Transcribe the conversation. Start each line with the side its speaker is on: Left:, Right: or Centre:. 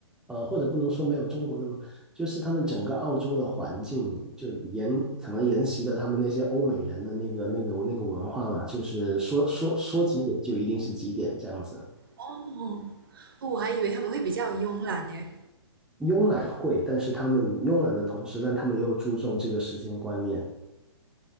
Centre: 呃，或者不能说没有中国那么，就是他们整个澳洲的环境就沿，可能沿袭了他们那些欧美人的那个那个那个文化嘛，就是说说说几点就一定是几点这样子。
Right: 哦，哦我还以为他们会比较慵懒耶。
Centre: 慵懒会，但是他们慵懒的同时，但他们又注重这个时间观念，